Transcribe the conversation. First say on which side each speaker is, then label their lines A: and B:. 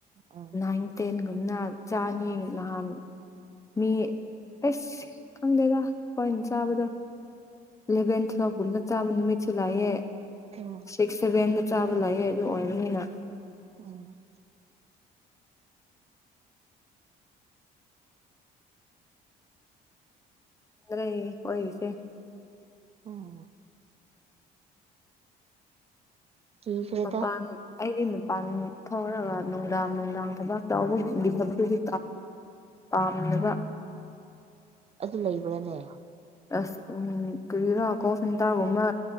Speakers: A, on the right (about 35°); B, on the left (about 20°).
A: ꯎꯝ
B: ꯅꯥꯏꯟ ꯇꯦꯟ ꯑꯗꯨꯝꯅ ꯆꯥꯅꯤ ꯅꯍꯥꯟ ꯃꯤ ꯑꯁ ꯈꯪꯗꯦꯗ ꯍꯣꯏ ꯆꯥꯕꯗꯣ ꯏꯂꯦꯚꯦꯟ ꯇꯨꯋꯒꯨꯝꯅ ꯇꯥꯕ ꯅꯨꯃꯤꯠꯁꯨ ꯂꯥꯛꯑꯦ
A: ꯎꯝ
B: ꯁꯤꯛꯁ ꯁꯚꯦꯟ ꯆꯥꯕ ꯂꯥꯛꯑꯦ ꯑꯗꯨ ꯑꯣꯏꯕꯅꯤꯅ
A: ꯎꯝ
B: ꯑꯗꯨ꯭ꯔ ꯑꯣꯏꯣꯏꯁꯦ
A: ꯎꯝ ꯀꯤꯈ꯭ꯔꯦꯗ
B: ꯖꯄꯥꯟ ꯑꯩꯗꯤ ꯄꯥꯟ ꯊꯧꯔꯒ ꯅꯨꯡꯗꯥꯡ ꯅꯨꯡꯗꯥꯡ ꯊꯕꯛ ꯇꯧꯕꯒꯤ ꯊꯕꯛꯇꯨꯒꯤ ꯑꯝꯂꯗ
A: <inaudible> ꯑꯗꯨ ꯂꯩꯕ꯭ꯔꯥꯅꯦ
B: ꯑꯁ ꯎꯝ ꯀꯔꯤꯗꯥ ꯀꯣ ꯁꯤꯇꯒꯃ